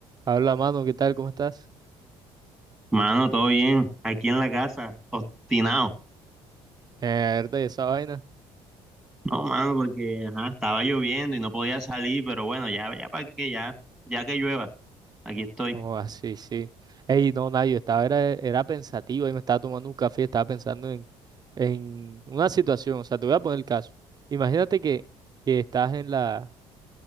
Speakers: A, on the right; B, in the centre.
A: Habla, mano, ¿qué tal? ¿Cómo estás?
B: Mano, todo bien, aquí en la casa, obstinado.
A: Mierda, ¿y esa vaina?
B: No, mano, porque ajá, estaba lloviendo y no podía salir, pero bueno, ya, ya para que ya, ya que llueva, aquí estoy.
A: Oh, ah, sí, sí. Ey, no, nadie, yo estaba, era, era pensativo y me estaba tomando un café, estaba pensando en, en una situación, o sea, te voy a poner el caso. Imagínate que, que estás en la...